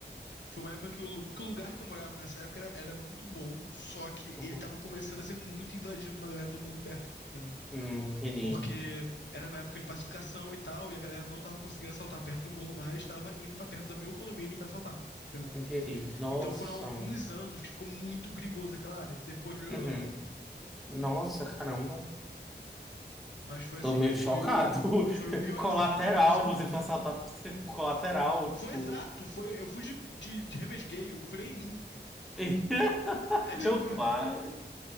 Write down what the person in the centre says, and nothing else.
Uhum.
Hum, entendi.
Entendi. Nossa.
Uhum. Nossa, caramba.
Tô
meio
chocado.
<laughs>
Colateral,
você foi assaltado por ser por colateral,
tipo.
<laughs>
Meu
pai.